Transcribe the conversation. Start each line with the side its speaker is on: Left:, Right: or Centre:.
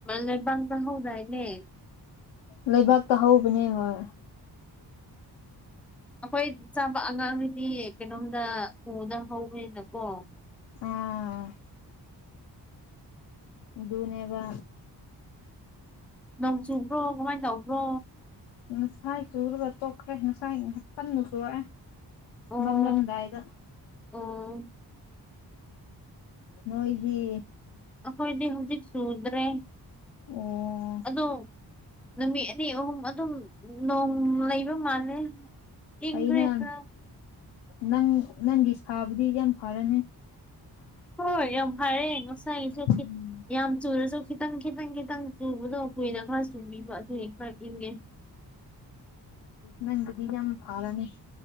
Centre: ꯂꯩꯕꯥꯛ ꯆꯪꯍꯧꯗꯥꯏꯅꯦ
Left: ꯂꯩꯕꯥꯛꯇ ꯍꯧꯕꯅꯦ ꯍꯣꯏ
Centre: ꯑꯩꯈꯣꯏ ꯆꯥꯕ ꯑꯉꯥꯡꯗꯨꯗꯤ ꯀꯩꯅꯣꯝꯗ ꯎꯗ ꯍꯧꯋꯦꯅꯀꯣ
Left: ꯑꯥ ꯑꯗꯨꯅꯦꯕ
Centre: ꯅꯣꯡ ꯆꯨꯕ꯭ꯔꯣ ꯀꯃꯥꯏꯅ ꯇꯧꯕ꯭ꯔꯣ
Left: ꯉꯁꯥꯏ ꯆꯨꯔꯒ ꯇꯣꯛꯈ꯭ꯔꯦ ꯉꯁꯥꯏ ꯉꯍꯄꯟꯗꯨ ꯁꯨꯔꯑꯦ
Centre: ꯑꯣ
Left: ꯅꯝꯂꯝꯗꯥꯏꯗ
Centre: ꯑꯣ
Left: ꯅꯣꯏꯗꯤ
Centre: ꯑꯩꯈꯣꯏꯗꯤ ꯍꯧꯖꯤꯛ ꯆꯨꯗ꯭ꯔꯦ
Left: ꯑꯣ
Centre: ꯑꯗꯣ ꯅꯨꯃꯤꯠ ꯑꯅꯤ ꯑꯍꯨꯝ ꯑꯗꯨꯝ ꯅꯣꯡ ꯂꯩꯕ ꯃꯥꯜꯂꯦ ꯏꯪꯈ꯭ꯔꯦ
Left: ꯑꯩꯅ
Centre: ꯈꯔ
Left: ꯅꯪ ꯅꯪꯒꯤ ꯁꯥꯕꯨꯗꯤ ꯌꯥꯝ ꯐꯔꯅꯤ
Centre: ꯍꯣꯏ ꯌꯥꯝ ꯐꯔꯦ ꯉꯁꯥꯏꯁꯨꯈꯤ
Left: ꯎꯝ
Centre: ꯌꯥꯝ ꯆꯨꯔꯁꯨ ꯈꯤꯇꯪ ꯈꯤꯇꯪ ꯈꯤꯇꯪ ꯆꯨꯕꯗꯣ ꯀꯨꯏꯅ ꯈꯔ ꯆꯨꯕꯤꯕ ꯑꯗꯨꯅꯤ ꯈꯔ ꯏꯪꯒꯦ
Left: ꯃꯒꯗꯤ ꯌꯥꯝ ꯐꯥꯔꯅꯤ